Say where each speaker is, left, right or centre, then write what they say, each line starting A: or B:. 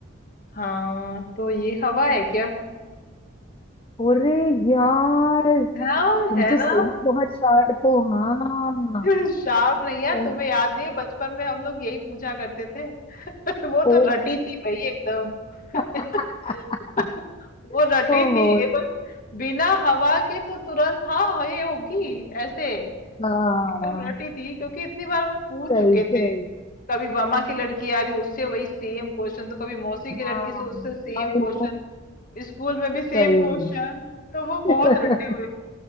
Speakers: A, on the left; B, on the left.
A: हाँ तो ये हवा है क्या
B: अरे यार
A: हाँ
B: तुम
A: है
B: तो
A: ना
B: सही में बहुत शार्प हो हाँ
A: <laughs> शार्प नहीं यार
B: सही
A: तुम्हें याद नहीं है बचपन में हम लोग यही पूछा करते थे <laughs> वो
B: ओ
A: तो रटी थी भाई एकदम
B: <laughs>
A: <laughs> वो रटी
B: ओहो
A: थी ये बस बिना हवा के तो तुरंत हाँ ये होगी ऐसे
B: हाँ
A: एकदम रटी थी क्योंकि इतनी बार हमें पूछ
B: सही
A: चुके
B: सही
A: थे कभी मामा की लड़की आ रही उससे वही सेम क्वेश्चन तो कभी मौसी की लड़की
B: हाँ
A: से उससे सेम
B: आई नो
A: क्वेश्चन स्कूल में भी सेम
B: सही
A: क्वेश्चन
B: में
A: तो वो
B: <laughs>
A: बहुत रटे हुए